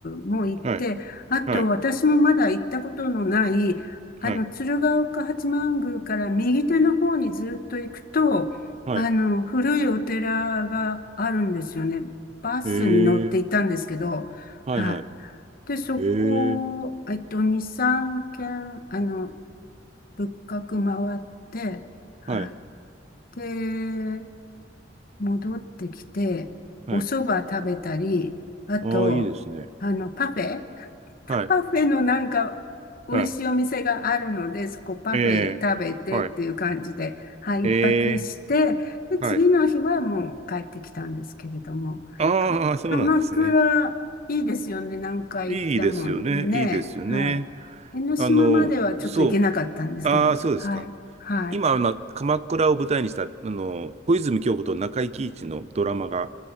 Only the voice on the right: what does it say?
はい。
はい。はい。
はい。
えー、はいはい。
えー、
はい。
はい。
ああ、いいですね。
はい。
はい。
えー、はい。
え
ー、
はい。ああ、
そうなんですね。
いいですよね。いいですよね。
あの、そう。ああ、そうですか。
今、あの、鎌倉を舞台にした、あの、小泉今日子と中井貴一のドラマが、